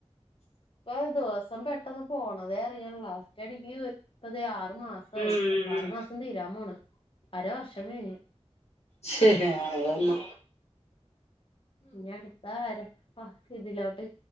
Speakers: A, on the left; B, on the left.
A: ഇപ്പ ദിവസം പെട്ടെന്ന് പോണതേ അറിയ്ണ്ല്ലാ ഒറ്റടിക്ക് ഇപ്പതേ ആ റു മാസയി
B: ഉം ഉം
A: ആറു മാസം തീരാൻ പോണ് അര വർഷം കഴിഞ്ഞ്
B: ശരി അതന്നെ
A: ഇഞ് അടുത്താര അഹ് ഇതിലോട്ട്